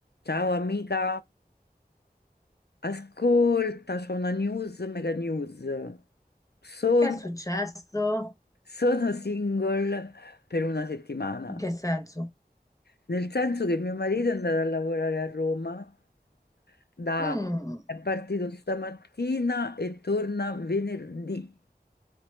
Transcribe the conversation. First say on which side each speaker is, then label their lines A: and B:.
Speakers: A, on the left; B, on the left.
A: Ciao amica, ascolta, c'ho una news, mega news. Sono,
B: Che è successo?
A: sono single per una settimana,
B: In che senso?
A: nel senso che mio marito è andato a lavorare a Roma, da-
B: Mm,
A: è partito stamattina e torna venerdì.